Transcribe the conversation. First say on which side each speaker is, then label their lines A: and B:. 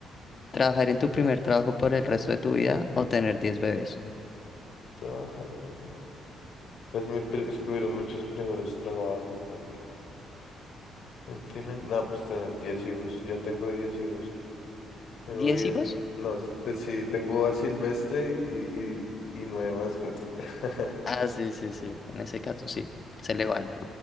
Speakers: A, on the left; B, on the left.
A: ¿trabajar en tu primer trabajo por el resto de tu vida o tener 10 bebés?
B: Trabajar en el- gobierno. Pues mi pri- es que hubieron muchos primeros trabajos, marica. El primer... No, pues tener 10 hijos. Ya tengo 10 hijos. Tengo
A: Diez
B: diez
A: hijos?
B: No, pues sí, tengo a Silvestre y, y, y nueve mascotas. <laughs>
A: Ah, sí, sí, sí. En ese caso sí, se le vale.